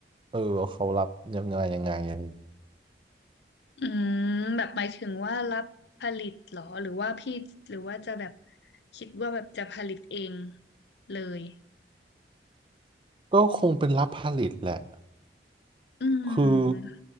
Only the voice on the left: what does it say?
อืมแบบหมายถึงว่ารับผลิตเหรอหรือว่าพี่หรือว่าจะแบบคิดว่าแบบจะผลิตเองเลย
อื
ม